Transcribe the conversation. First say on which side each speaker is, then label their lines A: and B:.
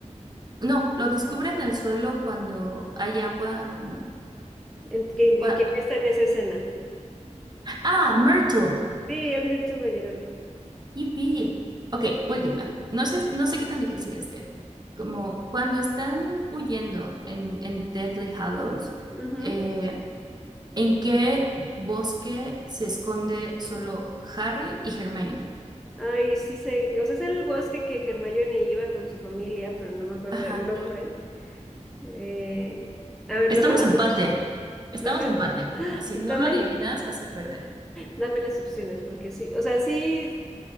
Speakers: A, on the right; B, in the centre.
A: No, lo descubre en el suelo cuando hay agua como...
B: ¿En- en-
A: cua-
B: en- ¿Quién está en esa escena?
A: Ah, Myrtle.
B: Sí, es Myrtle la Llorona.
A: Yipi. Ok, última. No sé, no sé qué tan difícil esté. Como cuando están huyendo en, en Deathly Hallows,
B: Ujú.
A: eh, ¿en qué bosque se esconde solo Harry y Hermione?
B: Ay, sí sé, o sea, es el bosque que Hermione iba con su familia, pero no me acuerdo
A: Ajá.
B: del nombre. Eh, a ver,
A: Estamos
B: dame las
A: empate.
B: subs,
A: Estamos
B: dame el-
A: empate.
B: <gasps>
A: Como
B: ¡ah!
A: si
B: dame
A: no lo adivinas,
B: el-
A: vas a perder.
B: dame las opciones, porque sí, o sea, sí,